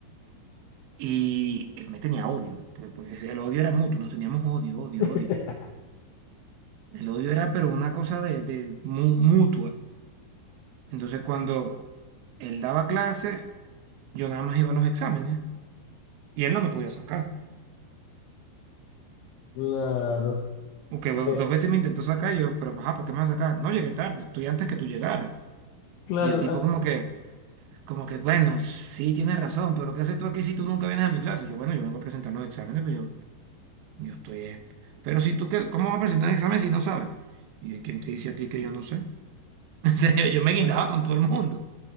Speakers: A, on the right; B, on the left.
A: y él me tenía odio. pues, pues, el odio era mutuo, nos teníamos odio, odio,
B: <laughs>
A: odio. El odio era, pero una cosa de, de mu- mutua. Entonces, cuando él daba clase, yo nada más iba a los exámenes y él no me podía sacar.
B: Claro.
A: Porque bueno,
B: eh,
A: dos veces me intentó sacar, y yo, pero ajá, ¿por qué me vas a sacar? No llegué tarde, estoy antes que tú llegaras.
B: claro.
A: Y el tipo, como que. Como que, bueno, sí tienes razón, pero ¿qué haces tú aquí si tú nunca vienes a mi clase? Yo, bueno, yo vengo a presentar los exámenes, pero yo, yo estoy... eh, Pero si tú, qué, ¿cómo vas a presentar un examen si no sabes? ¿Y quién te dice a ti que yo no sé? <laughs> En serio, yo me guindaba
B: ah,
A: con todo el mundo